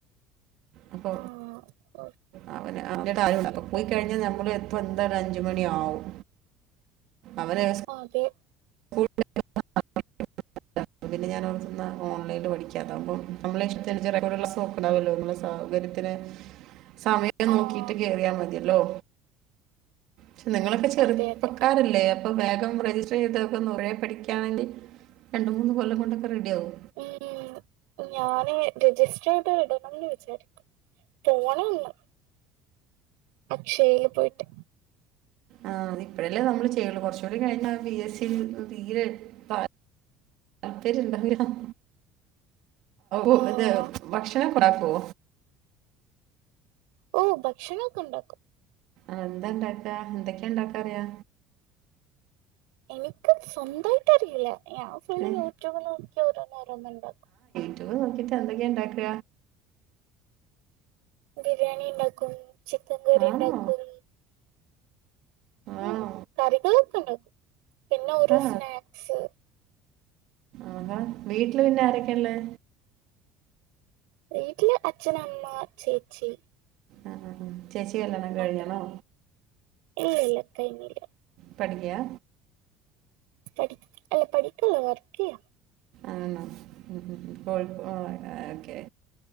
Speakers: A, on the right; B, on the right.
A: അപ്പൊ
B: ആഹ് ഓഹ്
A: അവനാ <unintelligible> <unintelligible> പ്പൊ പോയിക്കഴിഞ്ഞാ നമ്മള് എപ്പ എന്താണ് അഞ്ച് മണിയാവും അവരെക്ക സ
B: ആഹ് അതെ
A: ഫുഡ്‌ <unintelligible> <unintelligible> <unintelligible> അപ്പ പിന്ന ഞാന് ഓർത്തുന്ന ഓൻലൈനിൽ പഠിക്കാത്താവുമ്പം നമ്മള ഇഷ്ടനുസരിച്ച് റെക്കോട ക്ലാസ്സും <unintelligible> നമ്മുടാ സൗകര്യത്തിന് സമയം
B: ആഹ്
A: നോക്കിട്ട് കേറിയാ മതിയല്ലോ ക്ഷെ നിങ്ങളൊക്കെ ചെറുപ്പക്കാരല്ലേ
B: അതെ അതെ
A: അപ്പൊ വേഗം രജിസ്റ്ററ് ചെയ്ത്ക്ക് ഒന്ന് <unintelligible> പഠിക്കുയാണെങ്കിൽ രണ്ട് മൂന്ന് കൊല്ലം കൊണ്ടൊക്ക റെഡിയാവും
B: ഉം ഞാനും രജിസ്റ്ററ് ചെയ്ത് ഇടണംന്ന് വിച്ചാരി പോണം ഒന്ന് അക്ഷയയില് പോയിട്ട്
A: ആഹ് അത് ഇപ്പഴല്ലേ നമ്മള് ചെയ്യൊള്ളൂ കൊറച്ചുകൂടി കഴിഞ്ഞാ പി എസ് സി തീരെ ഇപ്പ താല്പര്യം ഇണ്ടാവ <unintelligible>
B: ആഹ്
A: <unintelligible> ഇത് ഭക്ഷണക്ക ഒണ്ടക്കോ
B: ഓഹ് ഭക്ഷണോക്ക ഉണ്ടാക്കും
A: ആഹ് എന്താ ഇണ്ടാക്കാ എന്തെക്കെയാ ഇണ്ടാക്കാ അറിയാ
B: എനിക്ക് സ്വന്തായിട്ട് അറിയില്ല ഞാൻ ഫുള്ള്
A: ഏ?
B: യൂട്യൂബ് നോക്കി ഓരോന്ന് ഓരോന്ന് ഒണ്ടാക്കും
A: യുട്യൂബ് നോക്കീട്ട് എന്തെക്കെയാ ഒണ്ടാക്ക
B: ബിരിയാണി ഇണ്ടാക്കും ചിക്കൻകറി
A: ആണോ
B: ഇണ്ടാക്കും
A: ആണോ
B: ഉം കറികളൊക്കണ്ടാക്കും പിന്ന ഓരോ
A: ആ
B: സ്നാക്സ്
A: ആഹാ വീട്ടില് പിന്ന ആരെക്കെയാ ഇള്ളേ
B: വീട്ടില് അച്ഛൻ അമ്മ ചേച്ചി
A: ആഹ് ആഹ് ആഹ് ചേച്ചി കല്യാണം
B: മാത്രം
A: കഴിഞ്ഞാണോ
B: ഇല്ല ഇല്ല കൈഞ്ഞില്ല
A: പഠിക്കാ
B: പഠി അല്ല പഠിക്കല്ല വർക്ക്യ്യ
A: ആണോ ഉം ഉം <unintelligible> ഓക്കെ